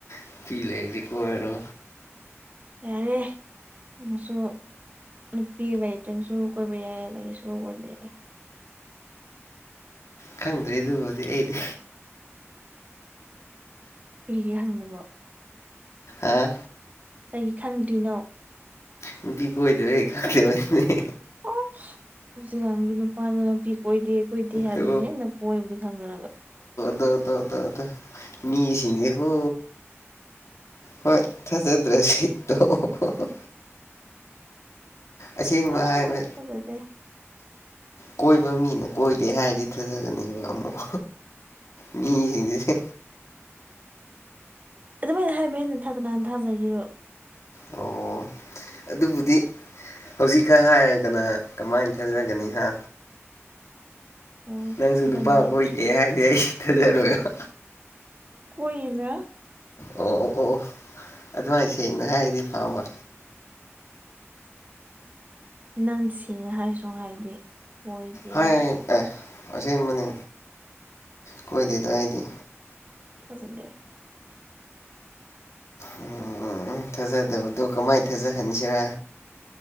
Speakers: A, on the left; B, on the right.
A: ꯅꯨꯄꯤ ꯂꯩꯔꯗꯤ ꯀꯣꯏꯔꯣ
B: ꯌꯥꯔꯦ ꯅꯪꯁꯨ ꯅꯨꯄꯤ ꯂꯩꯇ꯭ꯔꯁꯨ ꯀꯣꯏꯕ ꯌꯥꯏ ꯂꯩꯔꯁꯨ ꯀꯣꯏꯕ ꯌꯥꯏ
A: ꯈꯪꯗ꯭ꯔꯦ ꯑꯗꯨꯕꯨꯗꯤ ꯑꯩꯗꯤ
B: ꯀꯔꯤꯒꯤ ꯍꯪꯗꯕ
A: ꯑꯥ
B: ꯀꯔꯤ ꯈꯪꯗ꯭ꯔꯤꯅꯣ
A: ꯅꯨꯄꯤ ꯀꯣꯏꯗꯕꯩ ꯈꯪꯗꯕꯅꯦ
B: ꯑꯁ ꯍꯧꯖꯤꯛꯀꯥꯟꯒꯤ ꯅꯨꯄꯥꯅ ꯀꯣꯏꯗꯦ ꯀꯣꯏꯗꯦ ꯍꯥꯏꯕꯗꯨꯅꯦ
A: ꯇꯣ
B: ꯅꯪꯀꯣꯏꯕꯨꯗꯤ ꯈꯪꯅꯔꯒ
A: ꯗꯣꯗꯣꯗꯣ ꯗꯣ ꯃꯤꯁꯤꯡꯉꯦꯀꯣ ꯍꯣꯏ ꯊꯖꯗ꯭ꯔꯗꯤ ꯇꯣꯛꯑꯣ
B: ꯁꯨꯛꯊꯥ
A: ꯑꯁꯦꯡꯕ ꯍꯥꯏꯕ
B: ꯊꯥꯖꯗꯦ
A: ꯀꯣꯏꯕ ꯃꯤꯅ ꯀꯣꯏꯗꯦ ꯍꯥꯏꯔꯗꯤ ꯊꯥꯖꯒꯅꯤꯕ ꯑꯃꯛ ꯃꯤꯁꯤꯡꯁꯦ
B: ꯑꯗꯨꯃꯥꯏꯅ ꯍꯥꯏꯕꯦ ꯅꯟꯊꯗ ꯅꯍꯥꯟ ꯊꯥꯖꯒꯦꯔꯣ
A: ꯑꯣ ꯑꯗꯨꯕꯨꯗꯤ ꯍꯧꯖꯤꯛꯀ ꯍꯥꯏꯔꯒꯅ ꯀꯃꯥꯏꯅ ꯊꯥꯖꯒꯅꯤ ꯍꯥ
B: ꯍꯣꯏ
A: ꯅꯪꯁꯨ
B: ꯊꯥꯖꯅꯤꯡꯉꯥꯏ
A: ꯅꯨꯄꯥ ꯀꯣꯏꯗꯦ
B: ꯀꯩꯁꯨ ꯂꯩ
A: ꯍꯥꯏꯗꯤ ꯑꯩ ꯁꯨ ꯊꯖꯥꯔꯣꯏꯕ
B: ꯀꯣꯏꯅ
A: ꯑꯣ ꯑꯣ ꯑꯣ ꯑꯗꯨꯃꯥꯏ ꯁꯦꯡꯅ ꯍꯥꯏꯔꯗꯤ ꯐꯥꯕ
B: ꯅꯪ ꯁꯦꯡꯅ ꯍꯥꯏꯁꯨ ꯍꯥꯏꯗꯦ ꯀꯣꯏꯗꯦ
A: ꯍꯥꯏ
B: ꯀꯥꯏꯅ
A: ꯑꯦ ꯑꯁꯦꯡꯕꯅꯦ ꯀꯣꯏꯗꯤ ꯀꯥꯏꯗꯒꯤ
B: ꯊꯖꯗꯦ
A: ꯎꯝ ꯊꯥꯖꯗꯕꯗꯣ ꯀꯃꯥꯏꯅ ꯊꯥꯖꯍꯟꯁꯤꯔ